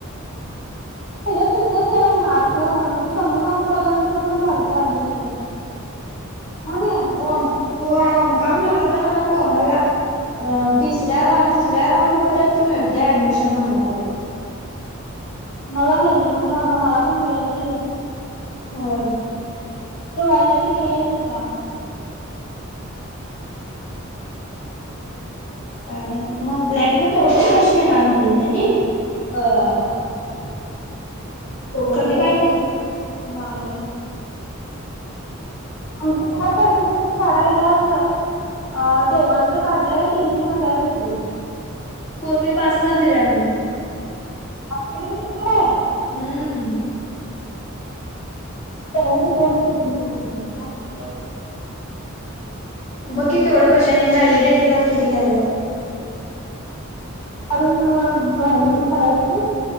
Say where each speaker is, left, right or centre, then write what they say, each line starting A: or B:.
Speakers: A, on the left; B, on the left.
A: तेज्यात सुद्धा क मार्क म्हणजे कमी मार्कवाल्यानंत पण झालत ऍडमिशन. हां मी.
B: हो होय ओ का बरं म्हणाल होता म्हणावं कोमलला. अ तिसऱ्या तिसऱ्या राऊंड पर्यंत मिळतंय ऍडमिशन म्हणाव सगळी.
A: मला मिळते म्हणलं म मला पण मिळेल की.
B: होय.
A: त वाजली कि नेया येतं का?
B: काय म ब्लॅक म तेवढेच पैसे घेणार म्हणली त्यानी.
A: बर ोड भहो <unintelligible>
B: कमी काय
A: त्यातलं
B: नाही
A: नाही आमचं का सर्टिफिकेट काढायला असं अ दोघांचं काढलंय तीन तीन हजार घेतली.
B: कोमनी पाच हजार दिल्या म्हण.
A: आ कठ क तती क <unintelligible> आहे.
B: हम्म.
A: त काून <unintelligible> दिली त म्हणे.
B: हो <unintelligible> बक्की केवढं पैशानी व्हॅलिडिटीला किती घ्यायलात.
A: अजून व्हॅलिडीटी करायची?